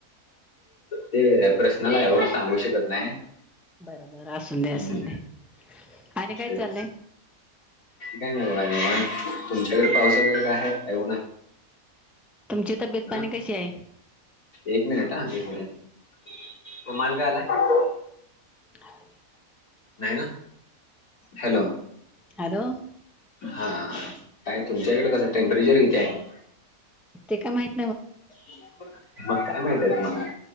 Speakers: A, on the left (about 85°); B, in the centre.
A: ते प्रश्नलाय हो सांगू शकत नाही
B: बरोबर असून दे
A: हम्म,
B: असून दे आणि काय
A: तेच
B: चाललंय
A: काय नाही बघा निवांत तुमच्याकडे पाऊस वगैरे काय आहे काय ऊन आहे
B: तुमची तब्येत
A: हा
B: पाणी कशी आहे
A: एक मिनिट ह एक मिनिटमाल काय आलाय
B: ह
A: नाही ना हॅलो
B: हॅलो
A: हा काय तुमच्याकडे कसं टेम्परेचर किती आहे?
B: ते का माहिती
A: <inaudible> मग काय माहतीय तुम्हाला?